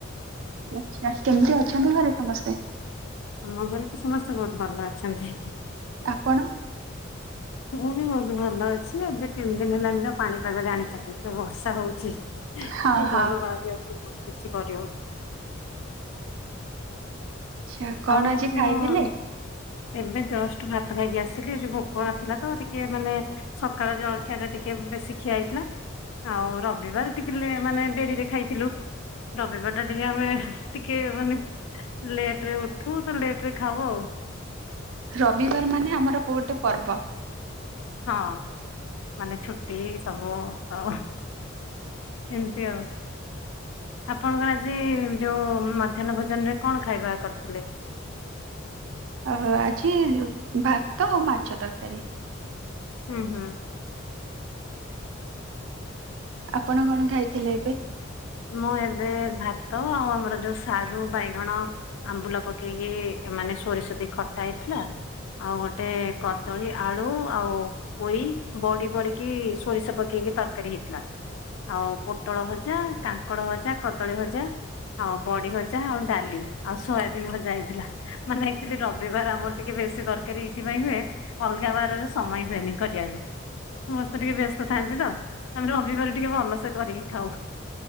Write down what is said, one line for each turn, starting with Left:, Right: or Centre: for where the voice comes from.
Right: ଆଚ୍ଛା କେମତି ଅଛନ୍ତି ଘରେ ସମସ୍ତେ?
Left: ଆମ ଘରେ ତ ସମସ୍ତେ ଭୋଉତ୍ ଭଲ ଅଛନ୍ତି।
Right: ଆପଣ?
Left: ହୁଁ ଭଉତ୍ ଭଲ ଅଛି। ଏବେ ତିନି ଦିନ ହେଲାଣି ତ ପାଣିପାଗ ଜାଣିଚନ୍ତି ତ ବର୍ଷା ହଉଚି।
Right: ହଁ ହଁ
Left: ଘରୁ ବାହାରି ହଉନି ଅ କିଛି କରିି ହଉନି।
Right: ଛା କଣ
Left: ଆଉ ଏଇ
Right: ଆଜି
Left: ଯୋଉ
Right: ଖାଇଥିଲେ?
Left: ଏବେ ଜଷ୍ଟ ଭାତ ଖାଇକି ଆସିଲି ଆଜି ଭୋକ ନଥିଲା ତ ଟିକେ ମାନେ ସଖାଳ ଜଳଖିଆଟା ଟି କେ ବେଶୀ ଖିଆ ହେଇଥିଲା ଆଉ ରବିବାର ଟିକେ ଲେ ମାନେ ଡେରିରେ ଖାଇଥିଲୁ। ରବିବାରଟା ଟିକେ ଆମେ ଟିକେ ମାନେ ଲେଟରେ ଉଠୁ ତ ଲେଟରେ ଖାଉ ଆଉ।
Right: ରବିବାର ମାନେ ଆମର ପୋ ଅଟେ ପର୍ବ।
Left: ହଁ ମାନେ ଛୁଟି ସବୁ ଅ ଏମତି ଆଉ। ଆପଣଙ୍କର ଆଜି ଯୋଉ ମଧ୍ୟାହ୍ନ ଭୋଜନରେ କଣ ଖାଇବା କରିଥିଲେ?
Right: ଅହ ଆଜି ଭାତ ଆଉ ମାଛ ତରକାରୀ।
Left: ହୁଁ ହୁଁ।
Right: ଆପଣ କଣ ଖାଇଥିଲେ ଏବେ?
Left: ମୁଁ ଏବେ ଭାତ ଆଉ ଆମର ଯୋଉ ସାରୁ, ବାଇଗଣ ଆମ୍ବୁଲ ପକେଇକି ମାନେ ସୋରିଷ ଦେଇ ଖଟା ହେଇଥିଲା। ଆଉ ଗୋଟେ କଦଳୀ, ଆଳୁ ଆଉ ପୋଇ ବଡ଼ି ପଡ଼ିକି ସୋରିଷ ପକେଇକି ତରକାରୀ ହେଇଥିଲା। ଆଉ ପୋଟଳ ଭଜା, କାଙ୍କଡ଼ ଭଜା, କଦଳୀ ଭଜା। ଆଉ ବଡ଼ି ଭଜା ଆଉ ଡାଳି ଆଉ ସୋୟାବିନ୍ ଭଜା ହେଇଥିଲା। ମାନେ ଆକ୍ଚୁଲି ରବିବାର ଆମର ଟିକେ ବେଶୀ ତରକାରୀ ଏଇଥିପାଇଁ ହୁଏ ଅଲଗା ବାରରେ ସମୟ ହୁଏନି କରିବାକୁ। ସମସ୍ତେ ଟିକେ ବ୍ୟସ୍ତ ଥାଆନ୍ତି ତ ଆମେ ରବିବାର ଟିକେ ଭଲସେ କରିକି ଖାଉ।